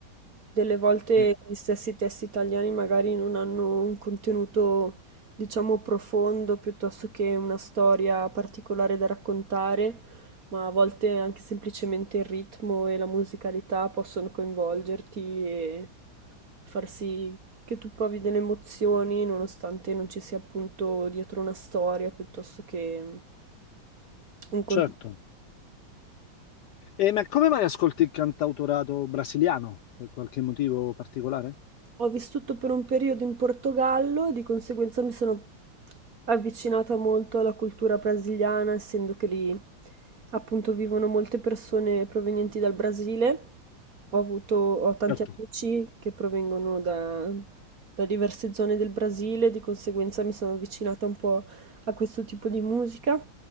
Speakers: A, on the right; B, on the left.
A: Delle volte
B: Sì,
A: gli stessi testi italiani magari non hanno un contenuto, diciamo, profondo piuttosto che una storia particolare da raccontare, ma a volte anche semplicemente il ritmo e la musicalità possono coinvolgerti e far sì che tu provi delle emozioni nonostante non ci sia appunto dietro una storia piuttosto che un contenuto.
B: certo. E ma come mai ascolti il cantautorato brasiliano? Per qualche motivo particolare?
A: Ho vissuto per un periodo in Portogallo, di conseguenza mi sono avvicinata molto alla cultura brasiliana, essendo che lì appunto vivono molte persone provenienti dal Brasile. Ho avuto, ho tanti
B: Certo,
A: amici che provengono da, da diverse zone del Brasile, di conseguenza mi sono avvicinata un po' a questo tipo di musica.